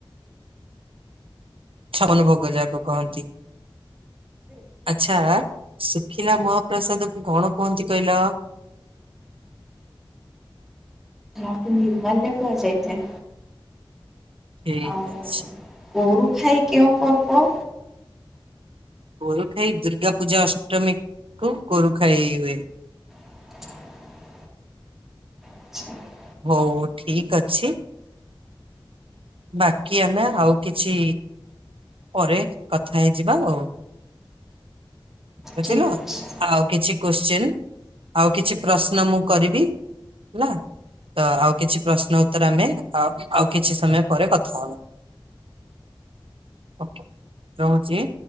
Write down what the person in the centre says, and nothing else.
ତାହାକୁ ନିର୍ମାଲ୍ୟ କୁହାଯାଇଥାଏ।
ଆଉ
ଗୋରୁ ଖାଇ କେଉଁ ପର୍ବ?
<inaudible> <inaudible>
ଠିକ ଅଛି।